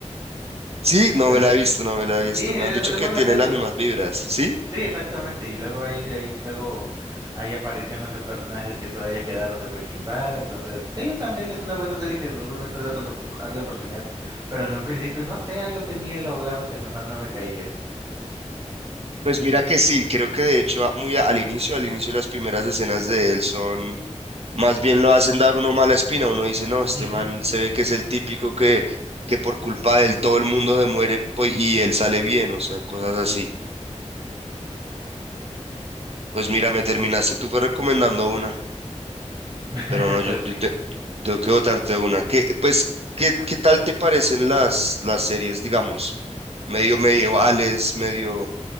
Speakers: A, on the right (about 55°); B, on the right (about 30°).
A: Sí, no
B: Pero
A: me la he visto, no me la he visto.
B: sí, es,
A: Me han dicho
B: es
A: que
B: buena
A: tiene
B: serie.
A: las mismas vibras, ¿sí?
B: Sí, exactamente. Y luego ahí, ahí, luego hay apariciones de personajes que todavía quedaron de Breaking Bad. Entonces, sí, también es una buena serie que en algún momento debes opor- darle oportunidad. Pero en un principio, no sé, algo tenía el abogado que nomás no me caía.
A: Pues mira que sí, creo que de hecho a- muy a- al inicio, al inicio las primeras escenas de él son Más bien lo hacen dar uno mala espina. Uno dice, no, este
B: Ujú,
A: man se ve que es el típico que, que por culpa de él todo el mundo se muere pues, y él sale bien, o sea, cosas así. Pues mira, me terminaste tú fue recomendando una,
B: <laughs>
A: pero no, yo,
B: Pues
A: yo
B: sí.
A: te- tengo que votarte una. ¿Qué, pues, qué, qué tal te parecen las, las series, digamos, medio medievales, medio... O